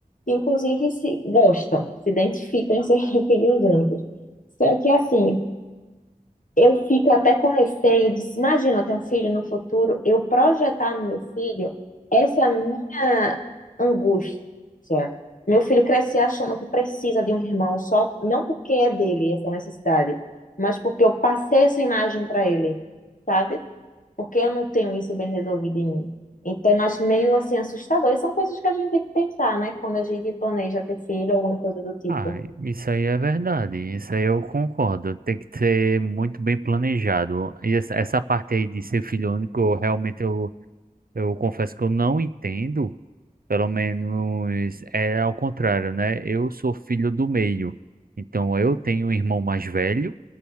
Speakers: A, on the left; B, on the right.
A: e, inclusive, se gostam, se identificam em ser <laughs> filhos únicos. Só que, assim, eu fico até com receio de, imagina, eu ter um filho no futuro, eu projetar no meu filho essa minha angústia. Meu filho crescer achando que precisa de um irmão só, não porque é dele essa necessidade, mas porque eu passei essa imagem para ele, sabe? Porque eu não tenho isso bem resolvido em mim. Então, eu acho meio assim assustador. E são coisas que a gente tem que pensar, né? Quando a gente planeja ter filho, alguma coisa do tipo.
B: Ah, isso aí é verdade, isso aí eu concordo. Tem que ser muito bem planejado. E essa, essa parte aí de ser filho único, eu realmente eu, eu confesso que eu não entendo. Pelo menos é ao contrário, né? Eu sou filho do meio. Então eu tenho um irmão mais velho